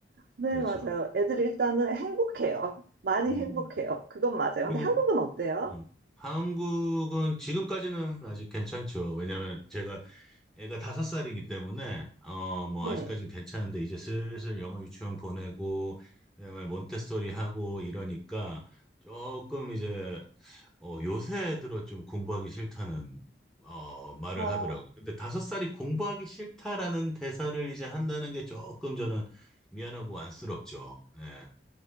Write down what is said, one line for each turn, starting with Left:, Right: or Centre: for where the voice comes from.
Right: 네,
Centre: 그렇죠.
Right: 맞아요. 애들이 일단은 행복해요. 많이
Centre: 음.
Right: 행복해요. 그건 맞아요.
Centre: 그리고
Right: 근데 한국은 어때요?
Centre: 음, 한국은 지금까지는 아직 괜찮죠. 왜냐면 제가 애가 다섯 살이기 때문에 어 뭐
Right: 네.
Centre: 아직까진 괜찮은데 이제 슬슬 영어 유치원 보내고 그다음에 몬테소리 하고 이러니까 조금 이제 어, 요새 들어 좀 공부하기 싫다는 어, 말을
Right: 어,
Centre: 하더라고. 근데 다섯 살이 공부하기 싫다라는 대사를 이제 한다는 게 조금 저는 미안하고 안쓰럽죠. 예.